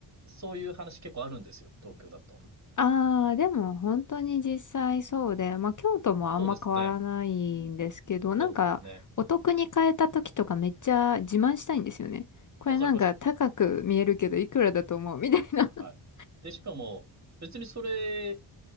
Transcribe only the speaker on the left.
ああ、でも本当に実際そうで、まあ京都もあんま変わらないんですけど、
なんかお得に買えた時とかめっちゃ自慢したいんですよね。
これなんか高く見えるけどいくらだと思うみたいな
<laughs>